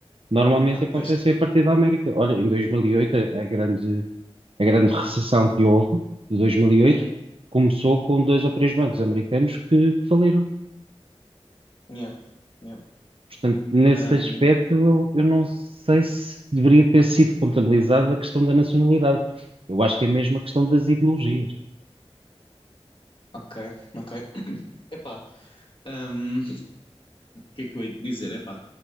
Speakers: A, on the right; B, on the left.
A: normalmente
B: Ah,
A: acontecem
B: pois.
A: a partir da América. Olha, em 2008, a, a grande, a grande recessão que houve, de 2008,
B: Uhum.
A: começou com dois ou três bancos americanos que que faliram.
B: Yeah. Yeah.
A: Portanto, nesse
B: Um,
A: aspecto, eu, eu não sei se deveria ter sido contabilizada a questão da nacionalidade. Eu acho que é mesmo a questão das ideologias.
B: ok, ok. Epá, um, que é que eu hei de dizer? Epá,